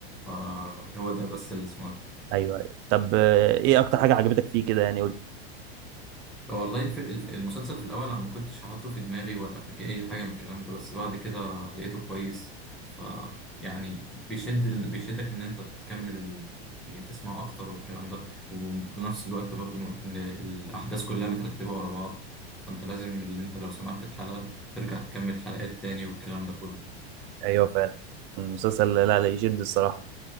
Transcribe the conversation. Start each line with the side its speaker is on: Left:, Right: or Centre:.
Centre: فهو ده بس اللي سمعته
Right: ايوه ايوه طب آه، ايه اكتر حاجة عجبتك فيه كده يعني قول
Centre: أه، والله الف- الف- المسلسل في الأول أنا ما كنتش حاطه في دماغي ولا أي حاجة من الكلام ده بس بعد كده لقيته كويس ف يعني بيشد ال- بيشدك إن أنت تكمل ت- يعني تسمع أكتر والكلام ده وبنفس الوقت برضو إن الأحداث كلها مترتبة ورا بعض فأنت لازم اللي أنت لو سمعت الحلقة ترجع تكمل حلقات تاني والكلام ده كله
Right: ايوه فعلا المسلسل لا لا يشد الصراحه